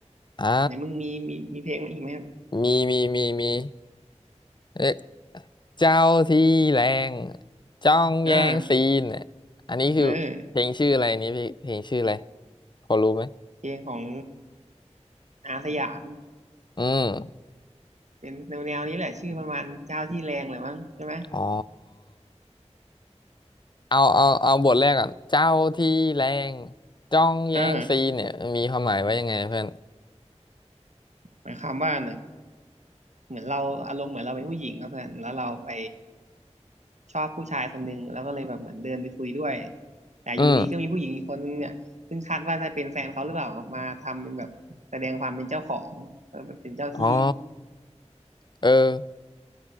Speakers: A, on the left; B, on the right.
A: อ่ะ
B: ไหนมึงมีมีมีเพลงมาอีกไหมครับ
A: มีมีมีมีเรียกเจ้าที่แรงจ้องแย่งซีนเนี่ยอันนี้คือเพลงชื่ออะไรนี่พี่เพลงชื่ออะไร
B: อ่าเออ
A: พอรู้ไหม
B: เพลงของอาสยาม
A: อืม
B: เป็นแนวแนวนี้แหละชื่อประมาณเจ้าที่แรงเลยมั้งใช่ไหม
A: อ๋อเอาเอาเอาบทแรกก่อนเจ้าที่แรงจ้องแย่งซีนเนี่ยมีความหมายว่ายังไงเพื่อน
B: เออ หมายความว่าเนี่ยเหมือนเราอารมณ์เหมือนเราเป็นผู้หญิงครับเพื่อนแล้วเราไปชอบผู้ชายคนหนึ่งแล้วก็เลยแบบเหมือนเดินไปคุยด้วยแต่อยู่ดีก็มีผู้หญิงอีกคนนึงเนี่ยซึ่งคาดว่าจะเป็นแฟนเขาหรือเปล่ามาทำเป็นแบบแสดงความเป็นเจ้าของก็แบบเป็นเจ้าที่
A: อืม อ๋อเอออ